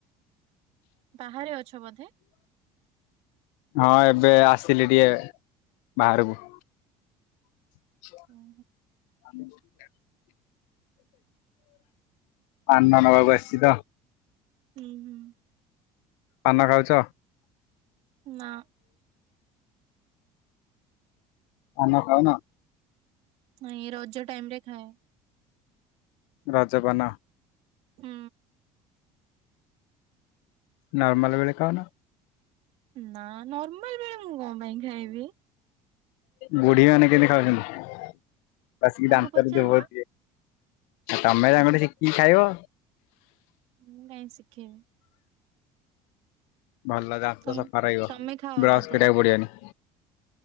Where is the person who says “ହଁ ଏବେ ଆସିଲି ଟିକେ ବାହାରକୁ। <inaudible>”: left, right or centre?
Left